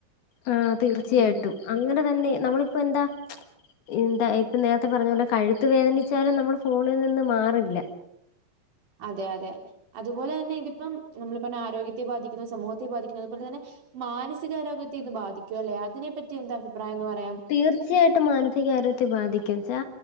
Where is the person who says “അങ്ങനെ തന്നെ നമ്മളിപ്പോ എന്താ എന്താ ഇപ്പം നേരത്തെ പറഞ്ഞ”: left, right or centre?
Left